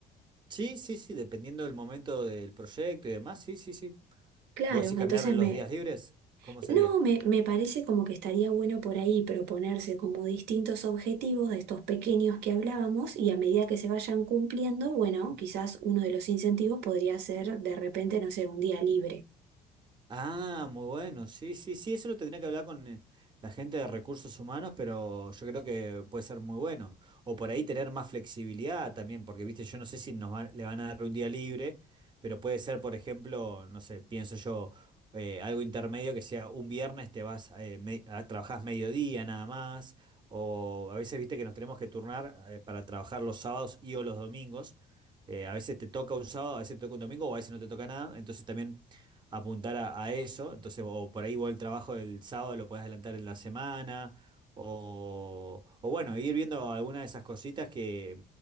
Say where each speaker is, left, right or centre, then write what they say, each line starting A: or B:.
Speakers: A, on the right; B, on the right.
A: Sí, sí, sí, dependiendo del momento del proyecto y demás, sí, sí, sí.
B: Claro,
A: ¿Vos decís
B: entonces
A: cambiarle los
B: me...
A: días libres? ¿Cómo sería?
B: No, me, me parece como que estaría bueno por ahí proponerse como distintos objetivos de estos pequeños que hablábamos y a medida que se vayan cumpliendo, bueno, quizás uno de los incentivos podría ser de repente, no sé, un día libre.
A: Ah, muy bueno. Sí, sí, sí, eso lo tendría que hablar con eh, la gente de recursos humanos, pero yo creo que puede ser muy bueno. O por ahí tener más flexibilidad también, porque, viste, yo no sé si nos van- le van a dar un día libre, pero puede ser, por ejemplo, no sé, pienso yo, eh, algo intermedio que sea un viernes te vas, eh, me- a, trabajás mediodía nada más, o a veces, viste, que nos tenemos que turnar, eh, para trabajar los sábados y o los domingos. Eh, a veces te toca un sábado, a veces te toca un domingo, o a veces no te toca nada. Entonces también apuntar a, a eso. Entonces, o por ahí vos el trabajo del sábado lo podés adelantar en la semana. O, o bueno, ir viendo algunas de esas cositas que,